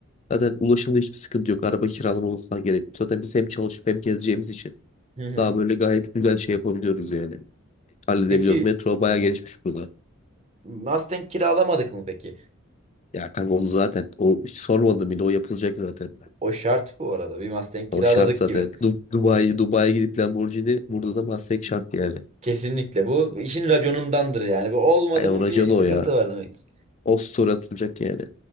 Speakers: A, on the left; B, on the right.
A: zaten ulaşımda hiçbir sıkıntı yok. Araba kiralamamız falan gerek yok. Zaten biz hem çalışıp hem gezeceğimiz için
B: hı hı.
A: daha böyle gayet güzel şey yapabiliyoruz yani. Halledebiliyoruz.
B: Peki
A: Metro bayağı gelişmiş burada.
B: Mustang kiralamadık mı peki?
A: Ya kanka onu zaten o hiç sormadım bile o yapılacak zaten.
B: O şart bu arada. Bir Mustang kiraladık
A: O şart zaten.
B: gibi.
A: Du Dubai, Dubai'ye gidip Lamborghini burada da Mustang şart yani.
B: Kesinlikle. Bu işin raconundandır yani. Bu olmadı
A: Ay
B: mı
A: o racon
B: bir
A: o
B: sıkıntı
A: ya.
B: var demektir.
A: O story atılacak yani.